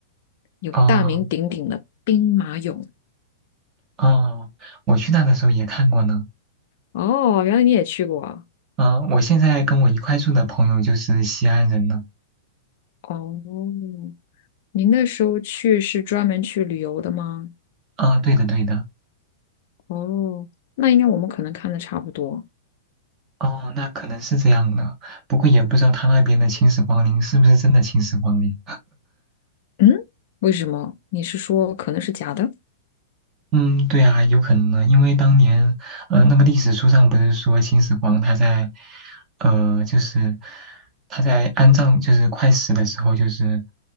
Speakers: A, on the left (about 50°); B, on the right (about 25°).
A: 有大名鼎鼎的兵马俑。
B: 哦，哦，我去那的时候也看过呢。
A: 哦，原来你也去过啊。
B: 嗯、我现在跟我一块住的朋友就是西安人呢。
A: 哦，您那时候去是专门去旅游的吗？
B: 啊、对的，对的。
A: 哦，那应该我们可能看的差不多。
B: 哦，那可能是这样的，不过也不知道他那边的秦始皇陵是不是真的秦始皇陵。
A: 嗯，为什么？你是说可能是假的？
B: 嗯，对啊，有可能呢，因为当年，呃，那个历史书上不是说秦始皇他在，呃，就是他在安葬，就是快死的时候，就是